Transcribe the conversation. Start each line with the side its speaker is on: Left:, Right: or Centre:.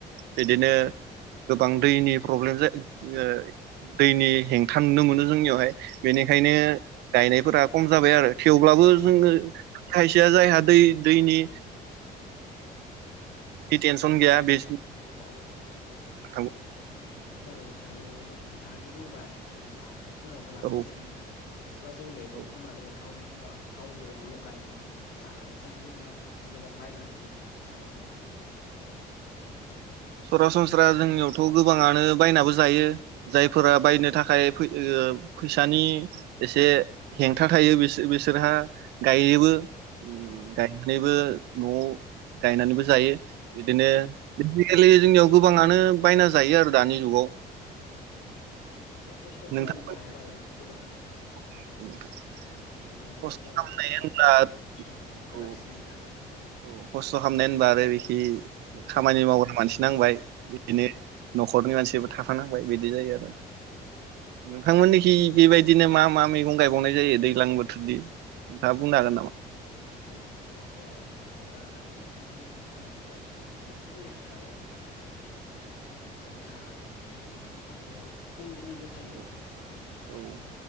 Left: ओ
Right: बिदिनो गोबां दैनि प्रब्लेम जा ओ दैनि हेंथा नुनो मोनो जोंनियावहाय बेनिखायनो
Left: औ
Right: गायनायफोरा खम जाबाय आरो। थेवब्लाबो
Left: औ
Right: जोंङो खायसेया जायहा दै-दैनि
Left: औ
Right: फिथेनसन
Left: अब्ला नों
Right: गैया बेस
Left: औ नंगौ
Right: <unintelligible>
Left: अब्ला नोंथां मो नोंथाङादि बुंबाय जेनेबा थायफोरावबो लांनाय
Right: औ
Left: जायो होननानै। अब्ला जों मेगंखौ
Right: औ
Left: माने गाव बा गाव न'आवल गायनाय जानानै जायो। ना जेनेबा बायनानैबो जानाय जायो गुबुननिफ्राय
Right: सरासनस्रा जोंनियावथ' गोबांङानो बायनाबो जायो। जायफोरा
Left: औ
Right: बायनो थाखाय फै ओ फैसानि एसे हेंथा थायो बिस बिसोरहा गायोबो उम
Left: औ
Right: गायनायबो न'आव गायनानैबो जायो। बिदिनो <unintelligible> <unintelligible> जोंनियाव गोबाङानो बायना जायो आरो दानि जुगाव
Left: <unintelligible> माने खस्थ'
Right: नोंथांमोन
Left: खालामनोबो हाया नालाय। गोबांङानो
Right: <unintelligible>
Left: जेनेबा मेगं
Right: खस्थ'
Left: गायनो
Right: खालामनाय
Left: थाखायबोथ'
Right: होनब्ला
Left: गोबां खस्थ' गोनांथि
Right: औ
Left: जायो नालाय।
Right: औ खस्थ' खामनाय होनबाथाय बिखि
Left: उम
Right: खामानि मावग्रा मानसि नांबाय बिदिनो
Left: उम
Right: न'ख ख'रनि मानसिबो थाफा नां बाय बिदि जायो
Left: औ
Right: आरो नोंथांमोननिखि बेबायदिनो मा मा मैगं गायबावनाय जायो दैलां बोथोरदि नोंथाङा बुंनो हागोन नामा
Left: दैज्लां बोथोरावथ' जेनेबा दानि जिखिनि बुंलांबाय बेखिनियानो आरो जिंखा इनिफ्राय पटल कुन ट्रिबो थायो
Right: औ औ